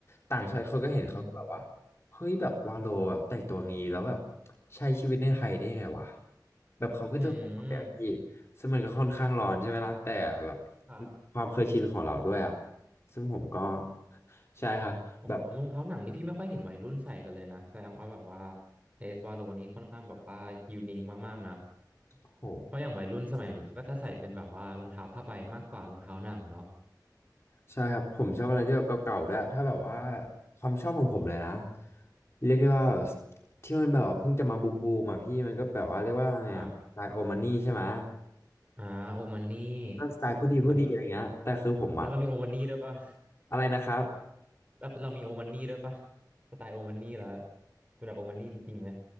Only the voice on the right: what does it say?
อ่า
อืม
ครับ
โอ้รองเท้าหนังนี่พี่ไม่ค่อยเห็นวัยรุ่นใส่กันเลยนะแสดงว่าแบบว่าเทสวาโลนี่ค่อนข้างแบบว่ายูนิคมากๆนะ
เพราะอย่างวัยรุ่นสมัยนี้เขาก็จะใส่เป็นแบบว่ารองเท้าผ้าใบมากกว่ารองเท้าหนังเนาะ
ครับอ่าโอมันนี่
เรามีแล้วเรามีโอมันนี่ด้วยปะ
<laughs> แล้วเรามีโอมันนี่ด้วยปะสไตล์โอมันนี่แล้วเป็นแบบโอมันนี่จริงๆไหม